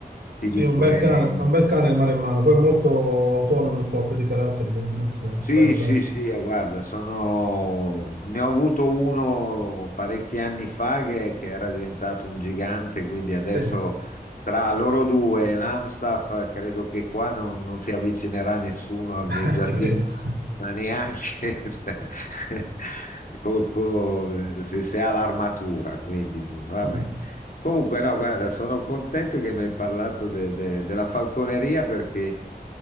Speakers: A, on the left; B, on the right.
A: ti
B: sì,
A: dico,
B: un bel
A: è
B: cane, è un bel cane il maremmano, poi è molto autonomo e forte di caratteri, quindi molto
A: Sì,
B: bello, bello.
A: sì, sì, eh, guarda, sono... ne ho avuto uno parecchi anni fa che, che era diventato un gigante, quindi adesso
B: Sì,
A: tra loro due e l'Amstaff eh, credo che qua non, non si avvicinerà nessuno al
B: <laughs>
A: mio giardino,
B: ti credo. <laughs>
A: ma neanche <laughs> cioè, <laughs> co- co- se, se ha l'armatura, quindi vabbè.
B: Mm,
A: Comunque, no, guarda, sono contento che mi hai parlato de- de- della falconeria perché